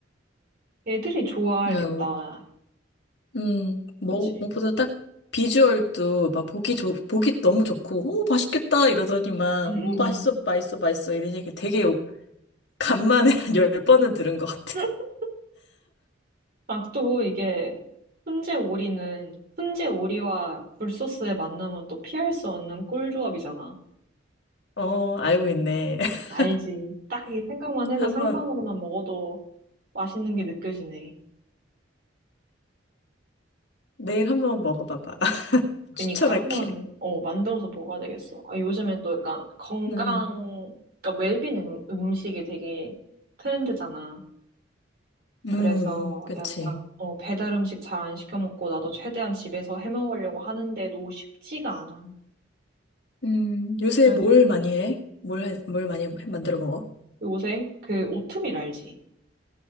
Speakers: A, on the right (about 55°); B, on the left (about 65°).
A: 애들이 좋아하겠다.
B: 그냥, 음, 뭐,
A: 그치?
B: 무엇보다 딱 비주얼도 막 보기 좋, 보기 너무 좋고, 오, 맛있겠다 이러더니만,
A: 음, 음,
B: 오, 맛있어,
A: 음.
B: 맛있어, 맛있어 이런 얘기 되게 간만에 <laughs> 한 열번은 들은 것 같아.
A: <laughs> 아, 또 이게 훈제 오리는 훈제 오리와 굴소스의 만남은 또 피할 수 없는 꿀조합이잖아.
B: 어, 알고 있네. <laughs>
A: 알지. 딱 이 생각만 해도
B: 한번,
A: 상상으로만 먹어도 맛있는 게 느껴지네.
B: 내일 한번 먹어봐봐. <laughs>
A: 그니까
B: 추천할게.
A: 한번 어 만들어서 먹어야 되겠어. 아 요즘엔 또 약간 건강
B: 음,
A: 그러니까 웰빙 음, 음식이 되게 트렌드잖아.
B: 음,
A: 그래서
B: 그치.
A: 약간 어 배달 음식 잘 안 시켜 먹고 나도 최대한 집에서 해 먹으려고 하는데도 쉽지가 않아.
B: 음, 요새
A: 그래서
B: 뭘 많이
A: 음
B: 해? 뭘, 해- 뭘 많이 만들어 먹어?
A: 요새 그 오트밀 알지?